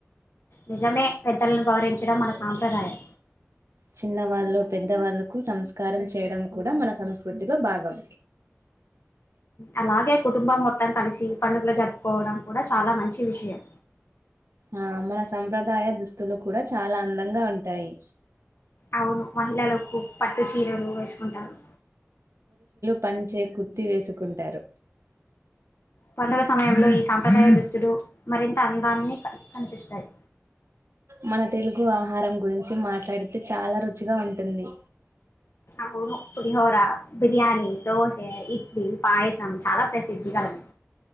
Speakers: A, on the left; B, on the right.
A: నిజమే పెద్దలను గౌరవించడం మన సాంప్రదాయం.
B: చిన్న వాళ్ళు పెద్ద వాళ్ళలకు సంస్కారం చేయడం కూడా మన సంస్కృతిలో భాగం
A: అలాగే కుటుంబం మొత్తం కలిసి పండుగలు జరుపుకుం కప్పుకోవడం కూడా చాలా మంచి విషయం.
B: ఆ మన సంప్రదాయ దుస్తులు కూడా చాలా అందంగా ఉంటాయి.
A: అవును మహిళలులకు ప పట్టు చీరలు వేసుకుంటారు.
B: పంచే కుర్తి వేసుకుంటారు.
A: పండుగ సమయంలో ఈ సాంప్రదాయ దుస్తులు మరింత అందాన్ని కనిపిస్తాయి.
B: మన తెలుగు ఆహారం గురించి మాట్లాడితే చాలా రుచిగా ఉంటుంది.
A: అవును పులిహోర బిర్యానీ దోశ ఇడ్లీ పాయసం చాలా ప్రసిద్ధి గలవి.